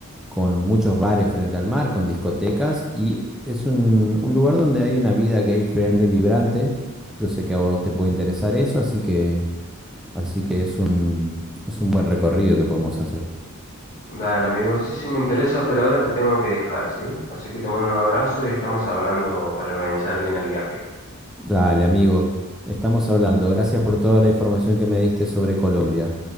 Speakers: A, in the centre; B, on the left.
A: Con muchos bares frente al mar, con discotecas y es un, un lugar donde hay una vida gay friendly vibrante. Yo sé que a vos te puede interesar eso, así que, así que es un, es un buen recorrido que podemos hacer.
B: Dale, amigo. Sí, sí, me interesa, pero ahora te tengo que dejar, ¿sí? Así que te mando un abrazo y estamos hablando para organizar bien el viaje.
A: Dale, amigo. Estamos hablando. Gracias por toda la información que me diste sobre Colombia.